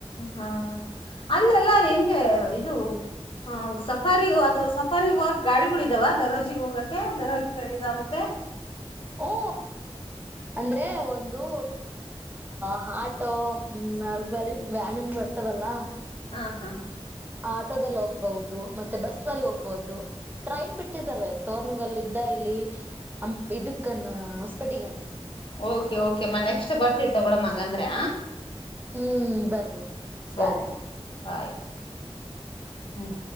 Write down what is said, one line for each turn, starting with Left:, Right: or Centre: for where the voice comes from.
Left: ಹಾ ಅಲ್ಲೆಲ್ಲಾ ಹೆಂಗೆ ಇದು ಆ ಸಕಾರಿ ಅದು ಸ ಮರಿ ಇವಾಗ ಗಾಡಿಗಳ ಇದಾವ ದರೋಜಿ ಹೋಗಕ್ಕೆ ದರೋಜಿ ಗಾಡಿಿದಮಕ್ಕೆ
Right: ಓ ಅಂದ್ರೆ ಒಂದು ಹ ಆಟೋ ಹ ನಾಲ್ಕ ಬಾಲ ವ್ಯಾನ್ನ್ ಬರ್ತವಲ್ಲಾ
Left: ಹಾ ಹಾ
Right: ಆಟೋದಲ್ಲಿ ಹೋಗ್ಬಹುದು ಮತ್ತೆ ಬಸ್ ನಲ್ಲಿ ಹೋಗ್ಬಹುದು ಟ್ರೈನ್ ಬಿಟ್ಟಿದಿದ್ದಾರೆ ತೋರ್ನಗಲ್ಲಿ ಇದ್ದ ಇಲ್ಲಿ ಅ ಇದಕ್ಕನ್ನ ಹೊಸಪೇಟಿಗನ
Left: ಓಕೆ ಓಕೆಮ್ಮ ನೆಕ್ಸ್ಟ್ ಬರ್ತೀವಿ ತೊಗೊಳಮ್ಮ ಹಂಗ ಅಂದ್ರೆ
Right: ಹ್ಮ್ ಬರ್ರಿ ಬಾಯ್
Left: ಓಕೆ ಬಾಯ್ ಹ್ಮ್